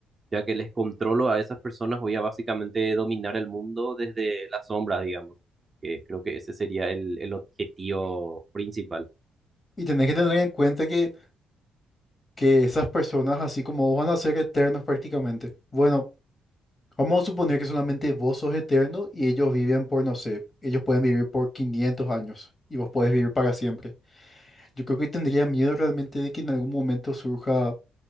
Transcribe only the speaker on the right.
ya que les controlo a esas personas, voy a básicamente dominar el mundo desde la sombra, digamos. que creo que ese sería el, el objetivo principal.